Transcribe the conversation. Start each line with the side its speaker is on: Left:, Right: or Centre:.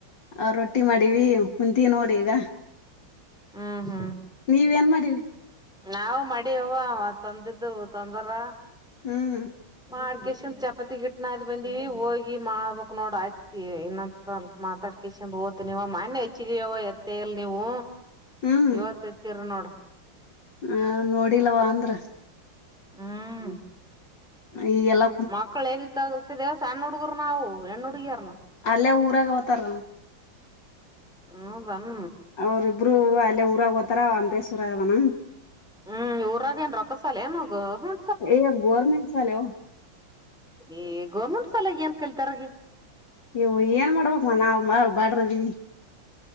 Left: ಆ ರೊಟ್ಟಿ ಮಾಡಿವಿ ಕುಂತೀ ನೋಡ ಈಗ.
Centre: ಹ್ಮ ಹಾ
Left: ನೀವ್ ಏನ್ ಮಾಡಿರಿ
Centre: ನಾವು ಮಡಿ ಅವ ತಂದಿದ್ದು ತೊಂದರ
Left: ಹ್ಮ
Centre: ಮಾಡಗೇಶನ್ ಚಪಾತಿಗ ಹಿಟ್ಟ ನಾದಿ ಬಂದಿವಿ ಹೋಗಿ ಮಾಡ್ಬಕ ನೋಡ ಆಯತಿ ಏನಂತ ಮಾತಾಡ ಕಸಿಂದ ಹೋತನವ ಮನ್ನೇ ಹಚ್ಚಿದೀವ ಎತ್ತ ಇಲ್ಲ ನೀವು.
Left: ಹ್ಮ್
Centre: ಇವತ್ತ ಎತ್ತಿರ ನೋಡ.
Left: ಆ ನೋಡಿಲ್ವ ಅಂದ್ರ.
Centre: ಹ್ಮ
Left: ಈಗೆಲ್ಲ
Centre: ಮಕ್ಕಳ ಎಲ್ಲಿ ಕಲ್ಸಿದ ಸಣ್ಣ ಹುಡುಗರ್ನಾವು ಹೆಣ್ಣ ಹುಡಗಿಯಾರನ
Left: ಅಲ್ಲೇ ಊರಾಗ ಹತಾರ
Centre: ಹೌದನ
Left: ಅವ್ರಿಬ್ರು ಅಲ್ಲೇ ಊರಾಗ ಹೋತಾರ ಅಂಬ್ರೇಶ ಊರಾಗ ಆದಾನ.
Centre: ಹ್ಮ ಊರಾಗ ಏನ್ ರೊಕ್ಕಸಾಲ ಏನ ಗರ
Left: ಎ ಗರ್ಮೆಟ್ ಸಾಲೆ
Centre: ಏ ಗೌರ್ಮೆಂಟ್ ಸಾಲಾಗಿ ಏನ್ ಕಲ್ತಾರಗೆ
Left: ಇವ ಏನ್ ಮಾಡ್ಬೇಕ ಮನ ನಾವ್ ಬಾಡ್ರದಿ.